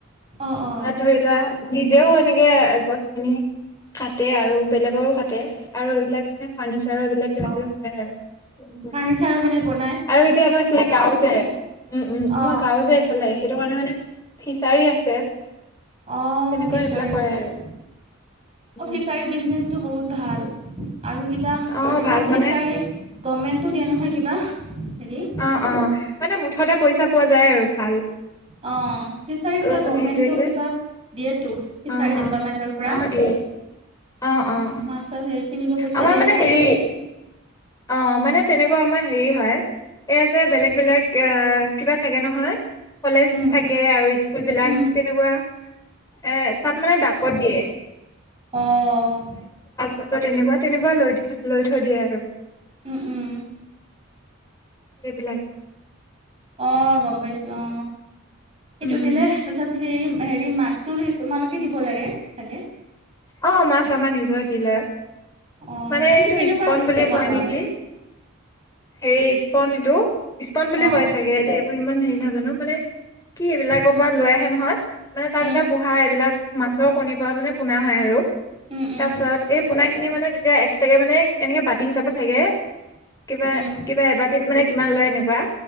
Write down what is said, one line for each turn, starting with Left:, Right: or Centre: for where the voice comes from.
Right: অ অ
Left: তাত ধৰি লোৱা নিজেও এনেকে গছখিনি কাটে আৰু বেলেগৰো কাটে আৰু এইবিলাক মানে ফানিচ এইবিলাক কিবা
Right: অ
Left: কিবি কৰে আৰু
Right: ফাৰ্ণিচাৰ মানে বনাই
Left: আৰু এতিয়া আমাৰ সেই গাওঁ যে উম উম
Right: অ
Left: আমাৰ গাঁও যে এইফালে সেইটো কাৰণে মানে ফিচাৰী আছে।
Right: অ
Left: তেনেকুৱা
Right: ফিচাৰী
Left: এইবিলাক
Right: অ
Left: কৰে আৰু উম
Right: ফিচাৰী বিজনেছটো বহুত। ভাল আৰু কিবা
Left: অ
Right: আজিকালি
Left: ভাল
Right: ফিচাৰী
Left: মানে
Right: গমেন্টো দিয়ে নহয় কিবা। হেৰি।
Left: অ অ মানে মুঠতে পইচা পোৱা যায় আৰু ভাল।
Right: অ। ফিচাৰী
Left: অলপমান
Right: কা গমেন্টও
Left: হেৰি কৰিলে
Right: কিবা দিয়েতো ফিচাৰী
Left: অ
Right: ডিপাৰ্টমেন্টৰ
Left: অ
Right: পৰা।
Left: অ দিয়ে অ অ
Right: মাছ চাছ হেৰি কিনিব পইচা
Left: আমাৰ
Right: দিয়ে
Left: মানে
Right: নেকি?
Left: হেৰি অ মানে তেনেকুৱা আমাৰ হেৰি হয় এইয়া যে বেলেগ
Right: উম
Left: বেলেগ আহ কিবা থাকে নহয়। কলেজ
Right: উম
Left: থাকে আৰু স্কুল বিলাক
Right: উম
Left: তেনেকুৱা এ তাত মানে ক'ত দিয়ে
Right: অহ
Left: গছৰ তেনেকুৱা তেনেকুৱা লৈ থৈ লৈ থৈ দিয়ে আৰু।
Right: উম উম
Left: সেইবিলাকে।
Right: অ গম পাইছো অ সিটো
Left: উম
Right: দিলে তাৰপিছত হেৰি হেৰি মাছতো তোমালোকে দিব লাগে চাগে?
Left: অ মাছ আমাৰ নিজৰ দিলাৰ।
Right: অ
Left: মানে
Right: সেইটো
Left: এইটো
Right: কেনেকুৱা
Left: স্পন
Right: চিষ্টেমত
Left: বুলি কয়
Right: হয়
Left: নেকি? হেৰি স্পন এইটো স্পন বুলিয়ে
Right: অ',
Left: কয় চাগে দে মই ইমান হেৰি নাজানো মানে কি এইবিলাকৰ
Right: উম,
Left: পৰা লৈ আহে নহয় মানে তাত
Right: উম,
Left: এটা পোহা এইবিলাক মাছৰ কণীৰ পৰা মানে পোনা হয় আৰু
Right: উম, উম,
Left: তাৰ পিছত এই পোনা খি মানে তেতিয়া এক্সটাকে কে মানে এনেকে বাতি হিচাপত থাকে কিবা
Right: উম,
Left: কিবা এবাতিত মানে কিমান লয় এনেকুৱা